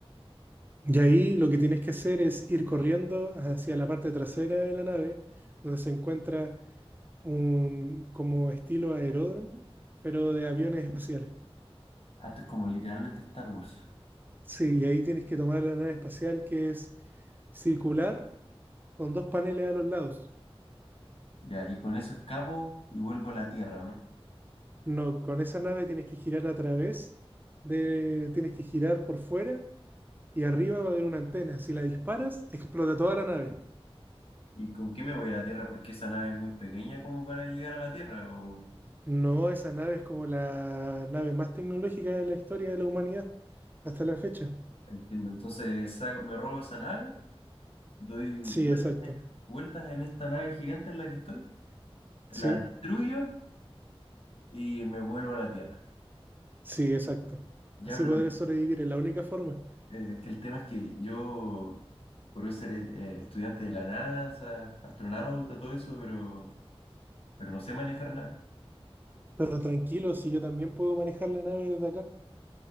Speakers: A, on the right; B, on the left.
A: Y ahí lo que tienes que hacer es ir corriendo hacia la parte trasera de la nave, donde se encuentra un como estilo aeródromo, pero de aviones espaciales.
B: Ah, esto es como literalmente Star Wars.
A: Sí, y ahí tienes que tomar la nave espacial que es circular con dos paneles a los lados.
B: Ya, y con eso escapo y vuelvo a la Tierra, ¿no?
A: No, con esa nave tienes que girar a través de, tienes que girar por fuera y arriba va a haber una antena. Si la disparas, explota toda la nave.
B: ¿Y con qué me voy a la Tierra? Porque esa nave es muy pequeña como para llegar a la Tierra, o...
A: No, esa nave es como la nave más tecnológica de la historia de la humanidad hasta la fecha.
B: Entiendo. Entonces saco- me robo esa nave, doy vuel-
A: Sí, exacto.
B: vueltas en esta nave gigante en la que estoy, la
A: Sí,
B: destruyo y me vuelvo a la Tierra.
A: sí, exacto.
B: Ya,
A: Así
B: pero
A: podré sobrevivir, es la única forma.
B: eh, que el tema es que yo, por ser eh, estudiante de la NASA, astronauta, todo eso, pero, pero no sé manejar naves.
A: Pero tranquilo, si yo también puedo manejar la nave desde acá.